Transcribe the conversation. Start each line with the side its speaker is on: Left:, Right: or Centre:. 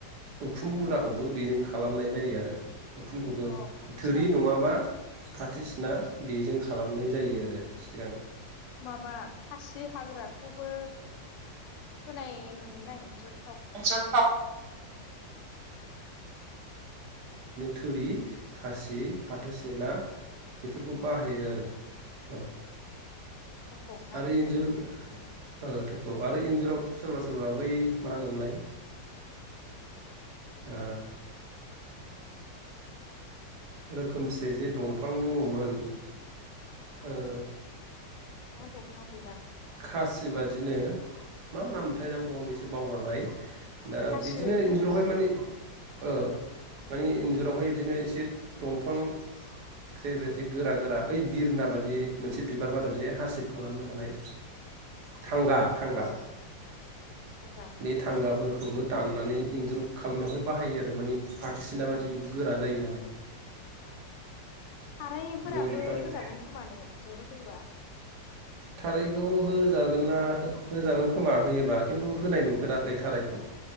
Right: उखुम मुराखौबो बेजों खालामनाय जायो आरो
Left: ओं अ फाथो
Right: थोरि
Left: सिनाजों
Right: नङाबा
Left: ने
Right: फाथो सिना बेजों खालामनाय जायो आरो। सिगां
Left: माबा खासि हाग्राखौबो होनाय नुयोमोन आं इन्जुर
Right: इन्जुरफ्राव थोरि खासि जि फाथो
Left: औ
Right: सेना बेफोरखौ
Left: औ
Right: बाहायो आरो। औ
Left: <unintelligible>
Right: आरो इन्जुर ओ थोखौ आरो इन्जुरावथ सोरबा सोरबा बै मा होनोमोनलाय ओ आरो रोखोमसे जे दंफां
Left: औ
Right: दङमोन ओ
Left: मा दंफां बेबा।
Right: खासि बादिनो मा नाम मोनथाय नामखौ आं एसे बावगारबाय। दा
Left: खासि
Right: बिदिनो
Left: बायदि
Right: इन्जुरावहाय माने ओ माने इन्जुरावहाय बिदिनो एसे दंफां जैबायदि गोरा गोरा ओइ बिरना बादि मोनसे बिबार बारो जे हासिब खालामनो हानाय थांगा थांगा
Left: औ थांगा
Right: बे थांगाफोर खौबो दाननानै इन्जुर खालामनायावहाय बाहायो आरो माने पा थोदिसिना बायदि बेबो गोरा जायो नालाय।
Left: थाराइ फोराबो
Right: बेबायदि बाहायो
Left: होजागोन खोमाने इजुराव होयो बा
Right: थाराइखौ होजागोन ना हो होजागोन खोमा होयोबा खिन्थु होनाय नुफेराखै थाराइखौ।